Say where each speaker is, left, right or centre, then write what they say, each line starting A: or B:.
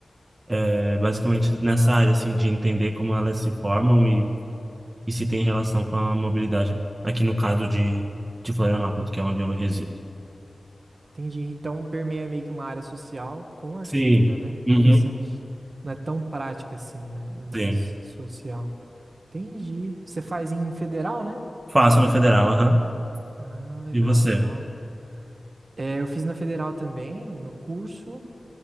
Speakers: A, on the right; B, on the right.
A: é basicamente nessa área, assim, de entender como elas se formam e, e se tem relação com a mobilidade, aqui no caso de, de Florianópolis, que é onde eu resido.
B: Entendi. Então permeia meio que uma área social com arquitetura,
A: Sim.
B: né?
A: Uhum.
B: Interessante. Não é tão prática assim, né? É mais
A: Sim.
B: social. Entendi. Você faz em federal, né?
A: Faço na federal, aham.
B: Ah, legal,
A: E você?
B: legal. É, eu fiz na federal também o meu curso,